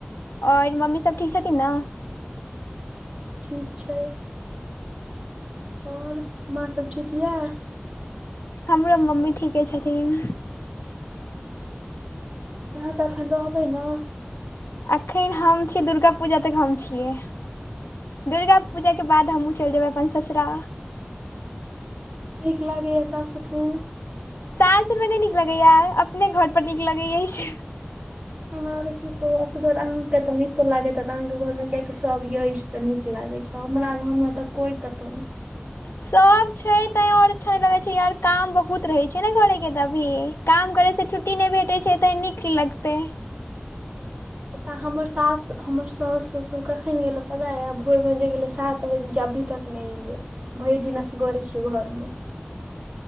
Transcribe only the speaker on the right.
ठीक छै। आओर माँ सब ठीक या।
अहाँ तऽ एखन रहबै न।
नीक लागे या सासुर में?
हमरा आरके की कहु असगर आहाके त नीको लागेत हेत अहाँके घर मे कियाक सब यछ! तऽ नीक लागे छै हमरा घर मे तऽ कोई कतहु नहि।
तऽ हमर सास हमर साउस ससुर कखन गेलहु पता य भोरमे जे गेलै सात बजे अभी तक नय एले भरि दिन असग़रे छियै घरमे।